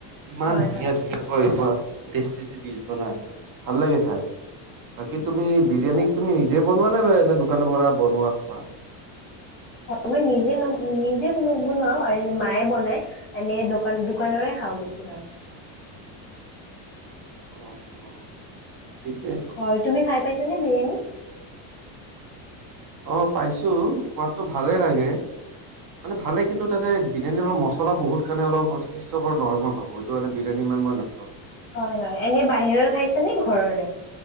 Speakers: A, on the right; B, on the left.
A: ইমান
B: হয়
A: ধুনীয়া
B: হয়
A: ধু ই আকৌ বৰ টেষ্টি টেষ্টি ডিচ বনাই ভাল লাগে খাই। বাকী তুমি বি বিৰিয়ানীক
B: হয়
A: তুমি নিজে বনোৱা নে নে দোকানৰ পৰা বনোৱা খোৱা?
B: অ', মই নিজে ন নিজে নবনাও আৰু মায়ে বনাই। এনেই দোকান দোকানৰে খাওঁ বেছি ভাগ।
A: অ', অ', ঠিকেই।
B: হয়, তুমি খাই পাইছা নে বিৰিয়ানী?
A: অ', পাইছো সোৱাদটো ভালে লাগে। মানে ভালে কিন্তু তাতে বিৰিয়ানী অলপ মছলা বহুত কাৰণে অলপ স্বাস্থ্যকৰ নহয় মই ভাবো সিটো কাৰণে বিৰিয়ানী ইমান মই নাখাওঁ।
B: হয়, হয়, এনে বাহিৰৰ খাইছে নে ঘৰৰে